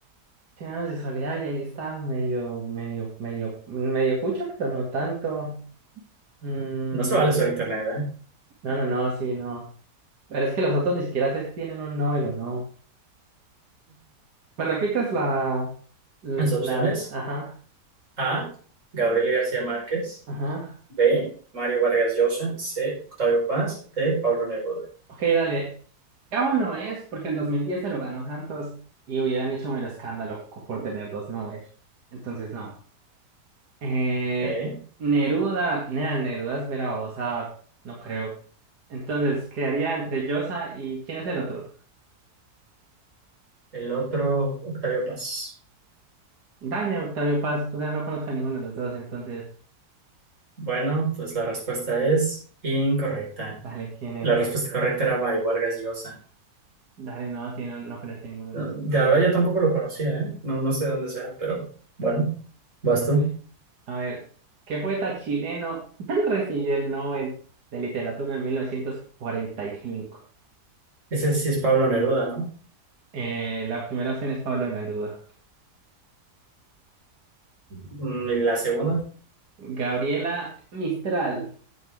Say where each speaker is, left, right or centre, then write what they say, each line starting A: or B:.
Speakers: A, on the right (about 75°); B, on the right (about 50°).
A: Cien años de soledad y ahí está, medio, medio, medio, medio cucho, pero no tanto. Mm,
B: No se vale solo internet, ¿eh?
A: No, no, no, sí, no. Pero es que los otros ni siquiera sé si tienen un Nobel o no. ¿Me repites la, l-
B: Las opciones
A: las? Ajá,
B: A, Gabriel García Márquez.
A: ajá.
B: B. Mario Vargas Llosa. C. Octavio Paz. D. Pablo Neruda.
A: Ok, dale. Gabo no es porque en 2010 se lo ganó Santos y hubieran hecho mero escándalo co- por tener dos Nobel. Entonces, no. Eh,
B: Ok.
A: Neruda, nada, Neruda es mera babosa, no creo. Entonces, quedaría entre Llosa y ¿quién es el otro?
B: El otro, Octavio Paz.
A: Dale, Octavio Paz. O sea, no conozco a ninguno de los dos, entonces,
B: Bueno, pues la respuesta es incorrecta.
A: vale, ¿quién era?
B: La respuesta correcta era Mario Vargas Llosa.
A: Dale, no, si no, no conocí ninguno de
B: De
A: los dos.
B: verdad yo tampoco lo conocía, ¿eh? No, no sé dónde sea, pero bueno, vas
A: Dale.
B: tú.
A: A ver, ¿qué poeta chileno <laughs> recibió el Nobel de Literatura en 1945?
B: Ese sí es Pablo Neruda, ¿no?
A: Eh, la primera opción es Pablo Neruda.
B: Mm, ¿Y la segunda?
A: Gabriela Mistral,